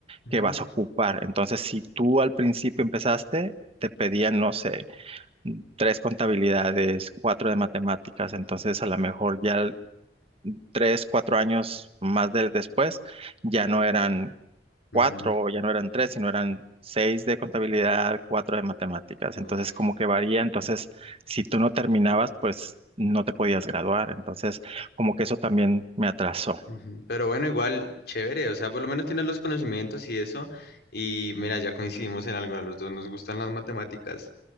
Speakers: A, on the left; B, on the right.
A: Ujú,
B: que vas a ocupar. Entonces, si tú al principio empezaste, te pedían, no sé, tres contabilidades, cuatro de matemáticas, entonces a lo mejor ya tres, cuatro años más del después ya no eran
A: ujú.
B: cuatro, ya no eran tres, sino eran seis de contabilidad, cuatro de matemáticas.
A: Uf.
B: Entonces, como que varía. Entonces, si tú no terminabas, pues no te podías graduar. Entonces, como que eso también me atrasó.
A: Ujú. Pero bueno, igual, chévere, o sea, por lo menos tienes los conocimientos y eso, y mira, ya coincidimos en algo, a los dos nos gustan las matemáticas,